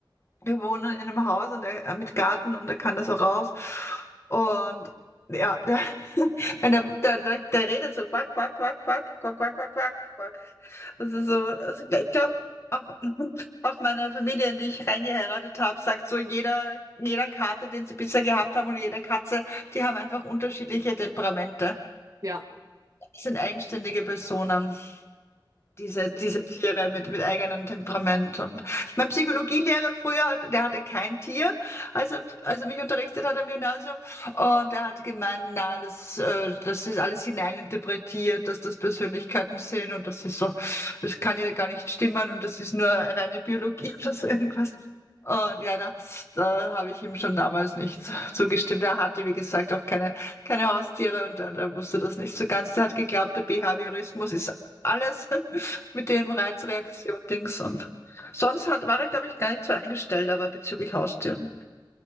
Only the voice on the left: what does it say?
wir wohnen in einem Haus und er äh, mit Garten und er kann da so raus. Und ja, der, <laughs> wenn der, der, der, der redet so quack, quack, quack, quack, quack, quack, quack, quack, quack. Das ist so, also ich glaube, auch, <laughs> auch meine Familie, in die ich reingeheiratet habe, sagt so, jeder, jeder Kater, den sie bisher gehabt haben und jede Katze, die haben einfach unterschiedliche Temperamente,
Das sind eigenständige Personen diese,
diese Tiere
mit, mit eigenem Temperament. Und mein Psychologielehrer früher, hat, der hatte kein Tier, also er, als er mich unterrichtet hat am Gymnasium. Und er hat gemeint, na, das, äh, das ist alles hineininterpretiert, dass das Persönlichkeiten sind und das ist so, das kann ja gar nicht stimmen und das ist nur reine Biologie <laughs> oder so irgendwas. Und ja, das, da habe ich ihm schon damals nicht zu- zugestimmt. Er hatte, wie gesagt, auch keine, keine Haustiere und er, er wusste das nicht so ganz. Er hat geglaubt, der Behaviorismus ist alles. <laughs> mit dem Reizreaktion-Dings und sonst hat, war ich, glaube ich, gar nicht so eingestellt, aber bezüglich Haustieren.